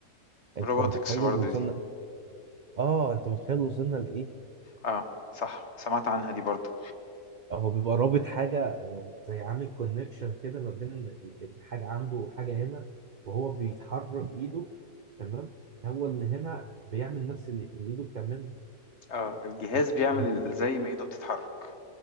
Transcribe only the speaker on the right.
انت
متخيل
وصلنا
اه انت متخيل وصلنا لايه
هو بيبقى رابط حاجة زي عامل كونكشن كده ما بين حاجة عنده وحاجة هنا وهو بيتحرك ايده تمام هو اللي هنا بيعمل نفس اللي اللي ايده بتعمله
ده تط-
ده ده-